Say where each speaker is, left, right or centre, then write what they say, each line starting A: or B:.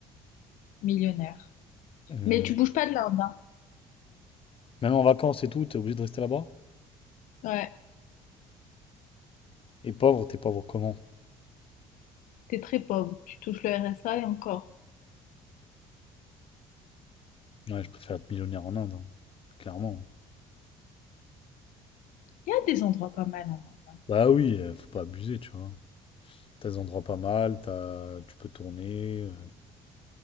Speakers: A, on the left (about 65°); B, on the left (about 40°).
A: Millionnaire.
B: euh,
A: Mais tu bouges pas de l'Inde, hein?
B: même en vacances et tout, t'es obligé de rester là-bas.
A: Ouais,
B: Et pauvre, t'es pauvre comment?
A: t'es très pauvre, tu touches le RSA et encore.
B: Ouais, je préfère être millionnaire en Inde, hein. Clairement.
A: Il y a des endroits pas mal en Inde. hein.
B: Bah oui, euh, faut pas abuser, tu vois. T'as des endroits pas mal, t'as... tu peux tourner, euh,